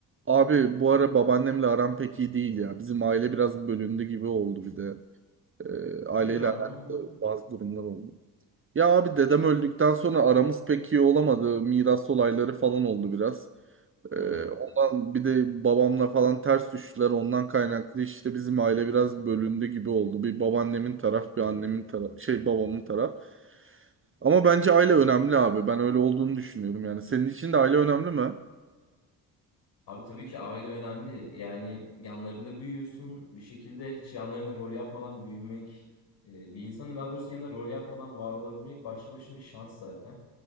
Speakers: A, on the right (about 30°); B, on the left (about 65°).
A: Abi bu ara babaannemle aram pek iyi değil ya. Bizim aile biraz bölündü gibi oldu bir de. Ee,
B: Hayırdır
A: aileyle
B: abi
A: alakalı
B: ne oldu?
A: bazı durumlar oldu. Ya abi dedem öldükten sonra aramız pek iyi olamadı. Miras olayları falan oldu biraz. Ee,
B: Hmm.
A: ondan bir de babamla falan ters düştüler. Ondan kaynaklı işte bizim aile biraz bölündü gibi oldu. Bir babaannemin taraf, bir annemin taraf, şey babamın taraf. Ama bence aile önemli abi. Ben öyle olduğunu düşünüyorum yani. Senin için de aile önemli mi?
B: Abi tabii ki aile önemli. Yani yanlarında büyüyorsun. Bir şekilde hiç yanlarında rol yapmadan büyümek, e, bir insanın daha doğrusu yanında rol yapmadan var olabilmek başlı başına bir şans zaten.